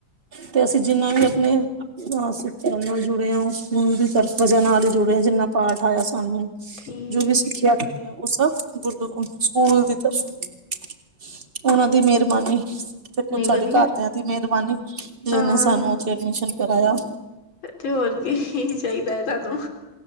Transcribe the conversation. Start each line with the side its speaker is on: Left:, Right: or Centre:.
Right: ਤੇ ਅਸੀਂ ਜਿੰਨਾ ਵੀ ਆਪਣੇ ਮਸਿੱਧ ਨਾਲ ਜੁੜੇ ਆ ਉਹ ਸਕੂਲ ਦੀ ਤਰਫ਼ ਵਜਾ ਨਾਲ ਹੀ ਜੁੜੇ ਵੀ ਜਿੰਨਾ ਪਾਠ ਆਇਆ ਸਾਨੂੰ।
Left: ਠੀਕ,
Right: ਜੋ ਵੀ ਸਿੱਖਿਆ
Left: ਠੀਕ
Right: ਦੇ ਉਹ ਸਭ, ਗੁਰਦੁਆ ਸਕੂਲ ਦੀ ਤਰਫੋ। ਉਹਨਾਂ ਦੀ ਮਿਹਰਬਾਨੀ। ਕੁਛ
Left: ਨਹੀਂ
Right: ਸਾਡੇ
Left: ਵਧੀਆ
Right: ਘਰਦਿਆਂ ਦੀ ਮਿਹਰਬਾਨੀ। ਜਿਹਨੇ
Left: ਹਾਂ
Right: ਸਾਨੂੰ ਉੱਥੇ ਐਡਮਿਸ਼ਨ ਕਰਾਇਆ।
Left: ਤੇ ਹੋਰ ਕੀ ਹੀ ਚਾਹੀਦਾ ਹੈ। ਤੁਹਾਨੂੰ